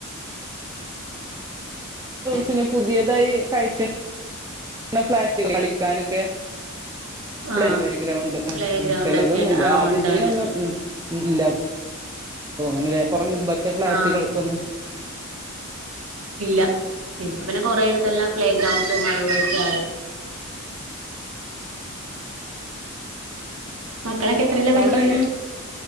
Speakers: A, on the right; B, on the right.
A: പിന്നെ പുതിയതായി കയറ്റ്- ഫ്ളാറ്റ് കളിക്കാനൊക്കെ പ്ലേഗ്രൗണ്ട്
B: ആഹ്
A: ഉം
B: പ്ലേ ഗ്രൗണ്ട്
A: ചിലതൊന്നുമല്ല
B: ഒക്കെ ഉണ്ട് ആഹ്
A: ആദ്യത്ത
B: ഉണ്ട് ഉണ്ട്
A: ഒന്നും ഇല്ല ഇല്ല തോന്ന്ണ് കൊറേ മുമ്പത്തെ ഫ്ലാറ്റുകൾക്കൊന്നും
B: ആഹ് ഇല്ല ഇപ്പ പിന്നെ കൊറെേയിടുത്തെല്ലാം പ്ലേ ഗ്രൗണ്ട് അത് ഇതൊക്കെ ആയി മക്കളൊക്കെ എത്രയിലാ പഠിക്കണത്
A: അവിടെ എങ്ങനെ